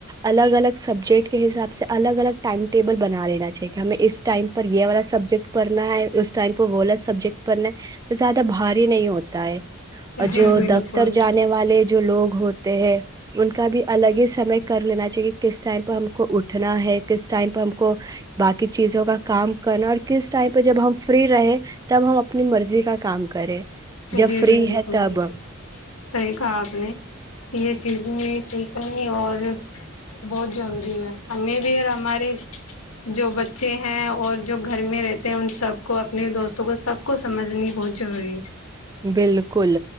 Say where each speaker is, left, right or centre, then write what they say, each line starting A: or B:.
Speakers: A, on the right; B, on the left.
A: الگ الگ سبجیکٹ کے حساب سے الگ الگ ٹائم ٹیبل بنا لینا چاہی کہ ہمیں اس ٹائم پر یہ والا سبجیکٹ پڑھنا ہے اس ٹائم کو بولط سبجیکٹ پڑھنا زیادہ بھاری نہیں ہوتا ہے اور
B: جی
A: جو
B: بالکل
A: دفتر جانے والے جو لوگ ہوتے ہیں ان کا بھی الگ ہی سمے کر لینا چاہیے کس ٹائم پہ ہم کو اٹھنا ہے کس ٹائم پہ ہم کو باقی کیسس چیزوں کا کام کرنا اور کس ٹائم پہ جب ہم فری رہے تب ہم اپنی مرضی کا کام کریں
B: جی
A: جب فری
B: بالکل
A: ہے تب
B: صحیح کہا آپ نے یہ چیز سیکھنی اور بہت ضروری ہے ہمیں بھی اور ہمارے جو بچے ہیں اور جو گھر میں رہتے ہیں ان سب کو اپنے دوستوں کو سب کو سمجھنی بہت ضروری ہے
A: بالکل